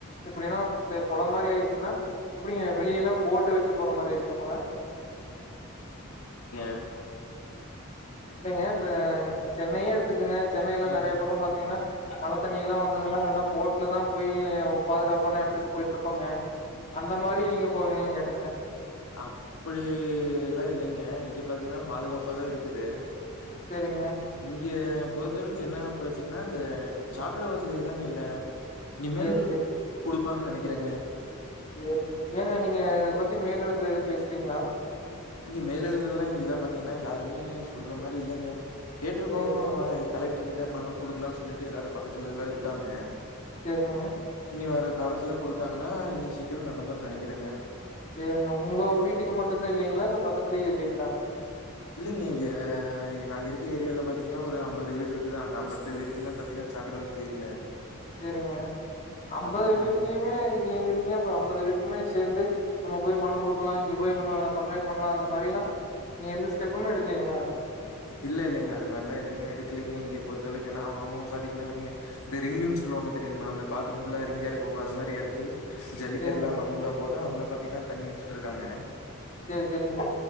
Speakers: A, on the left; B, on the left.
A: எப்டினா கொள மாரி ஆயிச்சுனா இப்டிங்க வெளியெலா போட்ட வச்சு போற மாரி இருக்குங்ளா
B: டம்
A: இல்லங்க இப்ப சென்னையே எடுத்துக்குங்க சென்னைல
B: ம்
A: நெறைய பக்க பாத்தீங்னா மழ தண்ணிலா வந்ததுனா எல்லா போட்ல தா போயி பாதுகாப்பான இடத்துக்கு போயிட்ருப்பாங்க அந்த மாரி நீங்க போவீங்களானு கேட்டங்க
B: அப்படிலா இல்லைங்க இங்க பாத்தீங்கன்னா பாதுகாப்பாதா இருக்குது
A: செரிங்க
B: இ பொறுத்தருக்கு என்ன பிரச்சனா இந்த சாக்கட வசதிதாங்க இல்ல இனிமெல்
A: சேரி
B: குடுப்பாங்கன் நெனக் க்கிரங்க
A: செரிங்க ஏங்க நீங்க இத பத்தி மேலிடதுல எது பேஸ்ளிங்களா
B: இங்க மேல இடுதலெல்லா இங்கல்ல பாத்தீங்னா யாருமே சொல்ற மாரி இல்லைங்க கேட்ருக்கோ
A: சேரிங்க
B: வய் கலெக் ட்டர்கிட்ட மனு கொடுக்கலாம்னு சொல்லிட்டு எல்லாரு பக்கத்துலல்லா இருக்காங்க
A: சேரிங்க
B: இனி வர்ற காலத்துல கொடுத்தாங்கன்னா இனி சீக்கிர நடந்துருன்னு நினைக்கிறங்க
A: சேரிங்க உங்க வீட்டுக்கு மட்டுந்தா இல்லைங்களா இல்ல பக்கத்துலேயு இல்லைங்களா
B: இல்லிங்க இங்க நாங்க இருக்க ஏரியால பாத்தீங்னா ஒரு அம்பது வீடு இருக்கு அந்த அம்பத்து வீட்டுக்குமே பாத்தீங்கனா சாக்கட வசதி இல்ல
A: செரிங்க அம்பது
B: அதாங்க
A: வீட்லயுமே இல்லேங்கிருங்க அப்ப அம்பது வீட் க்மேஷ் சேர்ந்து நம்ம போய் மனு கொடுக்கலா இங்க போய்நம்ம கம்ப்ளைய்ண் பண்லா அந்த மாரிலா நீங்க எந்த ஸ்டெப்புமே எடுக்கலீங்களா
B: இல்லல்லங்க அது மாரிலா எதுவுமே எடுக்கலீங்க இங்க பொறுத்தளவுக்கு ஏன்னா அவங்க பாத்தீங்கனா வைங்க இந்த ரிங்குன்னு சொல்லுவாங்க தெரியுமா இந்த பாத்ரூமுகுள்ள ரிங்க் எறக்குவாங்க அது மாரி எறக்கி ஜள்ளிக்கல்லா
A: சேரிங்க
B: மண்ணுல்லா போட்டா அதுல பாத்தீங்னா அந் தண்ணி உட்டுட்டுருக்காங்க
A: சேரி செரிங்க